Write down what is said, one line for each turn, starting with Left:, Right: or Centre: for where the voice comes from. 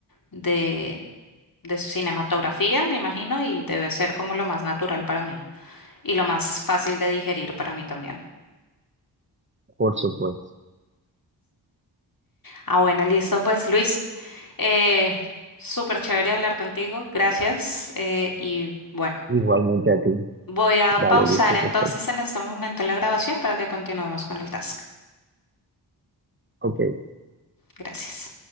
Left: de, de cinematografía, me imagino, y debe ser como lo más natural para mí y lo más fácil de digerir para mí también.
Right: por supuesto.
Left: Ah, bueno, listo, pues Luis, eh, súper chévere hablar contigo, gracias. eh, y bueno,
Right: Igualmente a ti.
Left: voy a
Right: Dale,
Left: pausar
Right: listo,
Left: entonces
Right: perfecto.
Left: en este momento la grabación para que continuemos con el task.
Right: Ok.
Left: Gracias.